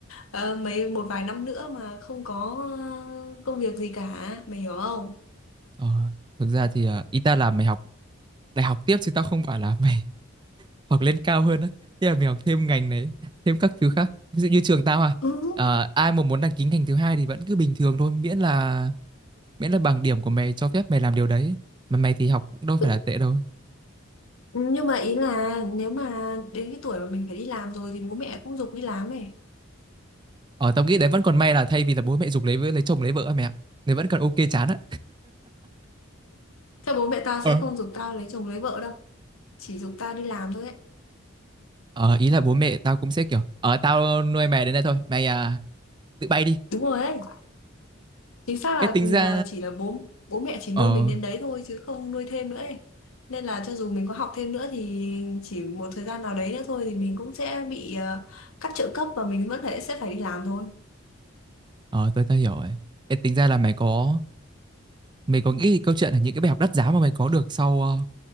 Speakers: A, on the left; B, on the right.
A: ờ, mấy một vài năm nữa mà không có ờ, công việc gì cả mày hiểu không
B: ờ thực ra thì ờ, ý ta là mày học đại học tiếp chứ tao không phải là mày <laughs> học lên cao hơn á Thế là mày học thêm ngành này thêm các thứ khác ví dụ như trường tao à
A: ừ.
B: ờ, ai mà muốn đăng ký ngành thứ hai thì vẫn cứ bình thường thôi miễn là miễn là bằng điểm của mày cho phép mày làm điều đấy mà mày thì học cũng đâu phải
A: tự-
B: là tệ đâu
A: nhưng mà ý là nếu mà đến cái tuổi mà mình phải đi làm rồi thì bố mẹ cũng giục đi làm ấy
B: ở tao nghĩ đấy vẫn còn may là thay vì là bố mẹ giục lấy vợ- lấy chồng lấy vợ á mẹ ạ, vẫn còn ok chán á
A: chắc bố mẹ tao
B: Ờ.
A: sẽ không giục tao lấy chồng lấy vợ đâu chỉ giục tao đi làm thôi ấy
B: ờ ý là bố mẹ tao cũng sẽ kiểu ờ tao nuôi mày đến đây thôi mày à tự bay đi
A: đúng rồi ấy chính xác là
B: ê tính ra
A: ờ, chỉ là bố bố mẹ chỉ
B: ờ
A: nuôi mình đến đấy thôi chứ không nuôi thêm nữa ấy. Nên là cho dù mình có học thêm nữa thì chỉ một thời gian nào đấy nữa thôi thì mình cũng sẽ bị ờ, cắt trợ cấp và mình vẫn phải sẽ phải đi làm thôi.
B: ờ tôi tao hiểu rồi ê tính ra là mày có mày có nghĩ câu chuyện là những cái bài học đắt giá mà mày có được sau ờ,